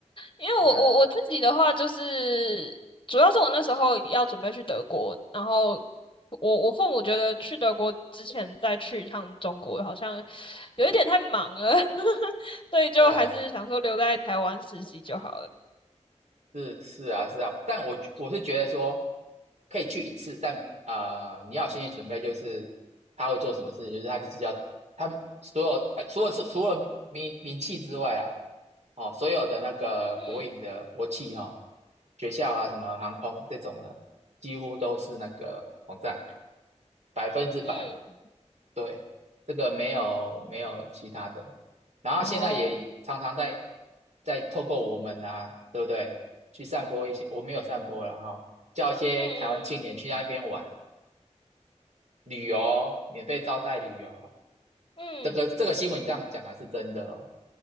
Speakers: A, on the left; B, on the right.
A: 因为我我我自己的话，
B: 对啊，
A: 就是主要是我那时候要准备去德国，然后我我父母觉得去德国之前再去一趟中国好像有一点太忙了，<laughs> 所以就还是想说留在台湾实习就好了。
B: 呃，是是啊是啊，但我我是觉得说
A: 嗯
B: 可以去一次，但啊、呃你要有心理准备，就是他会做什么事情，就是他就是要他所有、呃、除了是除了名名气之外啊，哦，所有的那个国营的国企哈、
A: 嗯
B: 哦，学校啊什么航空这种的，几乎都是那个网站百分之百
A: 嗯，
B: 对，这个没有没有其他的，然后他现在也常常在
A: 哦，
B: 在透过我们啊，对不对？去散播一些，我没有散播了哈、叫一些台湾青年去那边玩
A: 嗯嗯
B: 旅游，免费招待旅游。
A: 嗯
B: 这个这个新闻这样讲的是真的哦，